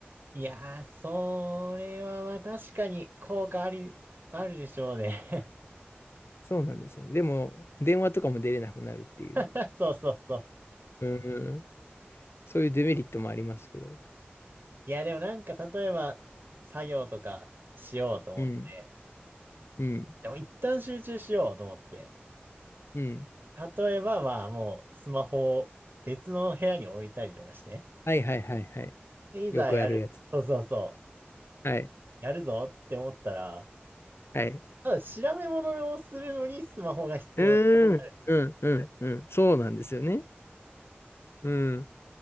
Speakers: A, on the right; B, on the left.
A: いやー、それはまあ確かに効果あり、あるでしょうね。
B: そうなんですよね。でも、電話とかも出れなくなるっていう。
A: <laughs> そうそうそう。
B: うん。そういうデメリットもありますけど。
A: いや、でもなんか例えば作業とかしようと思って。
B: うん。うん。
A: でも一旦集中しようと思って。
B: うん。
A: 例えばまあもうスマホを別の部屋に置いたりとかして。
B: はいはいはいはい。
A: でいざやる。
B: よくあるやつ。
A: そうそうそう。
B: はい。
A: やるぞって思ったら、
B: はい。
A: ただ調べ物をするのにスマホが必要って
B: うーん、うん、
A: 言っ
B: うん、うん。そうなんですよね。うん、